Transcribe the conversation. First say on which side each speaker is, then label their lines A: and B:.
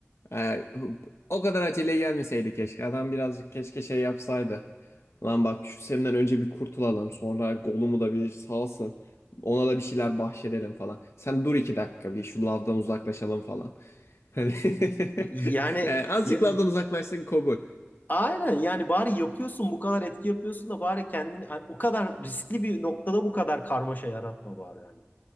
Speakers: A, on the left; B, on the left.
A: Ee, o kadar aceleye gelmeseydi keşke. Adam birazcık keşke şey yapsaydı. Lan bak şu Sem'den önce bir kurtulalım. Sonra Gollum'u da bir salsın. Ona da bir şeyler bahşedelim falan. Sen dur iki dakika bir şu lavdan uzaklaşalım falan. Hani <laughs>
B: Yani
A: yani azıcık
B: ya-
A: lavdan uzaklaşsın kabul.
B: aynen yani bari yapıyorsun bu kadar etki yapıyorsun da bari kendini hani, o kadar riskli bir noktada bu kadar karmaşa yaratma bari yani.